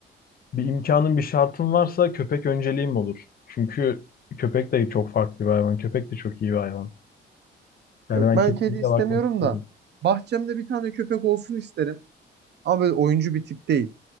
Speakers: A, on the left; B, on the right.
A: bir imkanım bir şartım varsa köpek önceliğim olur. Çünkü köpek de çok farklı bir hayvan. Köpek de çok iyi bir hayvan. Yani
B: Yok
A: ben
B: ben
A: kesinlikle
B: kedi istemiyorum
A: bakmak isterim.
B: da bahçemde bir tane köpek olsun isterim. Ama böyle oyuncu bir tip değil.